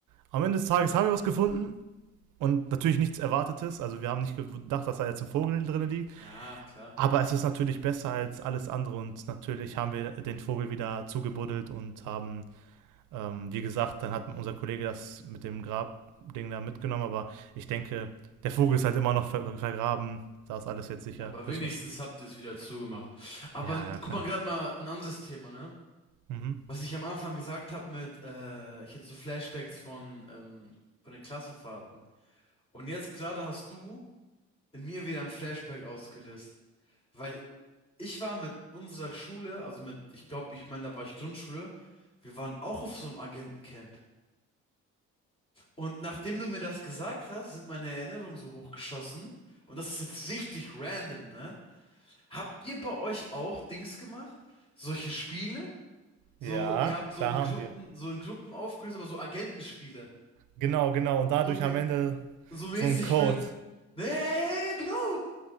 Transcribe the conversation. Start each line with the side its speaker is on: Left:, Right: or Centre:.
Right: am Ende des Tages haben wir was gefunden und natürlich nichts Erwartetes. Also wir haben nicht gedacht, dass da jetzt ein Vogel drin liegt.
Left: Ja, klar.
Right: Aber es ist natürlich besser als alles andere und natürlich haben wir den Vogel wieder zugebuddelt und haben ähm, wie gesagt, dann hat unser Kollege das mit dem Grabding da mitgenommen, aber ich denke, der Vogel ist halt immer noch ver vergraben. Da ist alles jetzt sicher,
Left: Ja, aber
Right: höchstwahrscheinlich.
Left: wenigstens habt ihr es wieder zugemacht. Aber
Right: Ja,
Left: n-
Right: ja,
Left: guck
Right: klar.
Left: mal, gerade mal ein anderes Thema, ne?
Right: Mhm.
Left: Was ich am Anfang gesagt habe mit, äh, ich hätte so Flashbacks von, ähm, von den Klassenfahrten. Und jetzt gerade hast du in mir wieder ein Flashback ausgelöst. Weil ich war mit unserer Schule, also mit, ich glaube, ich meine, da war ich Grundschule, wir waren auch auf so einem Agentencamp. Und nachdem du mir das gesagt hast, sind meine Erinnerungen so hochgeschossen. Und das ist jetzt richtig random, ne? Habt ihr bei euch auch Dings gemacht? Solche Spiele? So,
Right: Ja,
Left: ihr habt so
Right: klar
Left: in
Right: haben
Left: Gruppen,
Right: wir.
Left: so in Gruppen aufgelöst, aber so Agentenspiele.
Right: Genau, genau. Und dadurch
Left: So, mä-
Right: am Ende
Left: so mäßig
Right: so ein Code.
Left: mit. Nee, ja, ja, ja, ja, genau!